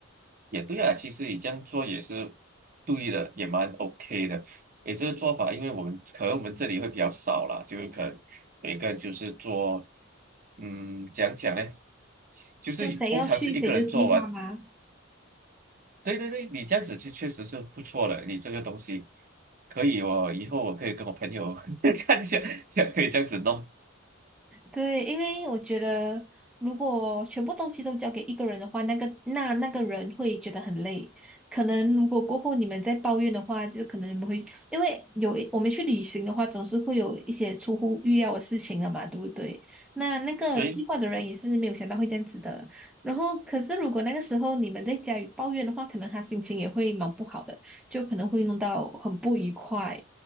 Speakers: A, on the right (about 40°); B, in the centre.
A: 也对啊。其实你这样做也是对的，也蛮 OK 的。诶，这个做法，因为我们可能我们这里会比较少啦，就是可能每个人就是做，嗯，讲讲呢，就是通常是一个人做完。
B: 就谁要去谁就计划嘛。
A: 对对对，你这样子其实确实是不错的，你这个东西可以哦，我以后我可以跟我朋友 <laughs> 看一下，可以这样子弄。
B: 对，因为我觉得，如果全部东西都交给一个人的话，那个那那个人会觉得很累。可能如果过后你们再抱怨的话，就可能你们会，因为有我们去旅行的话，总是会有一些出乎预料的事情的嘛，对不对？那那个计划的人也是没有想到会这样子的。
A: 对，
B: 然后，可是如果那个时候你们在家里抱怨的话，可能他心情也会蛮不好的，就可能会弄到很不愉快。